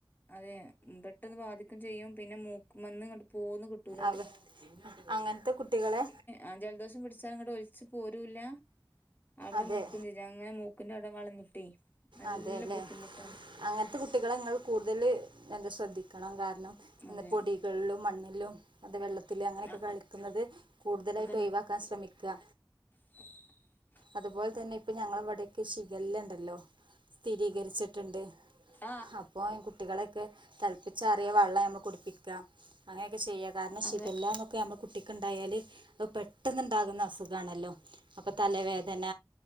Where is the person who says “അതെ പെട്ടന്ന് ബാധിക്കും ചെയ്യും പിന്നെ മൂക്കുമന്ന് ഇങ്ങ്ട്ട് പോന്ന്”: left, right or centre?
Left